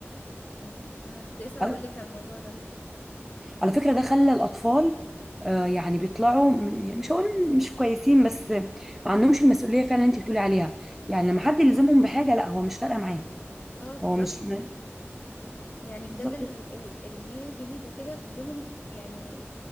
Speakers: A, on the left; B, in the centre.
A: أمم، أنا كنت لسه
B: المدرسه
A: هقول لك على الموضوع ده
B: على فكرة ده خلى الأطفال آه، يعني بيطلعوا م- يعني مش هقول مش كويسين بس ما عندهمش المسؤولية فعلا اللي انت بتقولي عليها يعني لما حد يلزمهم بحاجة لا هو مش فارقة معاه
A: اه بالظبط
B: هو مش م-
A: يعني بجد
B: بالظبط
A: ال- ال- الجيل الجديد وكده كلهم يعني